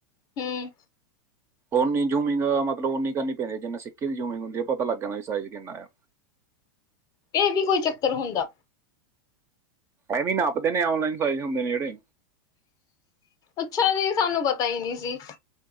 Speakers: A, on the left; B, on the right.
A: ਹਮ
B: ਉੱਨੀ ਜ਼ੂਮਿੰਗ, ਮਤਲਬ ਉੱਨੀ ਕਰਨੀ ਪੈਂਦੀ, ਜਿੰਨਾ ਸਿੱਕੇ ਦੀ ਜ਼ੂਮਿੰਗ ਹੁੰਦੀ ਹੈ, ਪਤਾ ਲੱਗ ਗਿਆ ਕਿ ਸਾਈਜ਼ ਕਿੰਨਾ ਆਇਆ
A: ਏਹ ਨੀ ਕੋਈ ਚੱਕਰ ਹੁੰਦਾ?
B: ਇਹ ਵੀ ਨਾਪਦੇ ਨੇ, ਔਨਲਾਈਨ ਸਾਈਜ਼ ਹੁੰਦੇ ਨੇ, ਜਿਹੜੇ
A: ਅੱਛਾ ਜੀ, ਸਾਨੂੰ ਪਤਾ ਹੀ ਨਹੀਂ ਸੀ।